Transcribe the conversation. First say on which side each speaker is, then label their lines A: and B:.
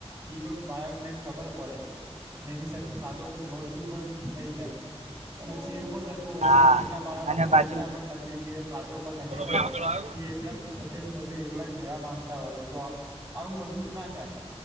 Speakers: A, on the right; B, on the right.
A: એ પણ બાળક ને એમ ખબર પડે અને એની સાથે વાતો ક બલતું પણ થઈ જાય પછી એવું પણ થ હ
B: હા
A: કેટલા બાળકો
B: અને
A: બોલતા
B: પાછું
A: પણ નથી વાતો પણ નથી
B: બોલો
A: કરતા.
B: ભાઈ આગળ આવ્યો
A: એકલા પોતેતે એકલા જ જવા માંગતા હોય છે તો આવું બધુ ના થાય.